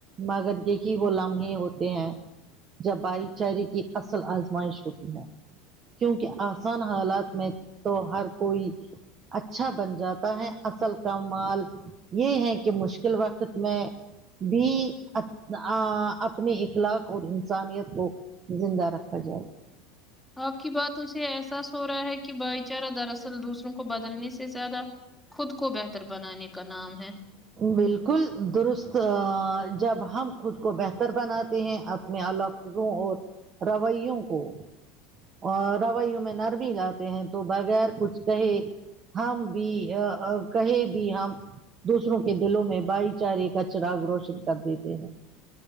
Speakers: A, on the right (about 20°); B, in the centre.
A: مگر دیکھی وہ لمحے ہوتے ہیں جب بھائی چارے کی اصل آزمائش ہوتی ہے کیونکہ آسان حالات میں تو ہر کوئی اچھا بن جاتا ہے اصل کا مال یہ ہے کہ کہ مشکل وقت میں بھی اپنے اخلاق اور انسانیت کو زندہ رکھا جائے
B: آپ کی بات اس سے احساس ہو رہا ہے کہ بھائی چارہ دراصل دوسروں کو بدلنے سے زیادہ خود کو بہتر بنانے کا نام ہے
A: بالکل درست جب ہم خود کو بہتر بناتے ہیں اپنے الوک وں اور رویوں کو اور رویوں میں نرمی لاتے ہیں تو بغیر کچھ کہے ہم بھی کہیں بھی ہم دوسروں کے دلوں میں بھائی چارے کا چراغ روشن کر دیتے ہیں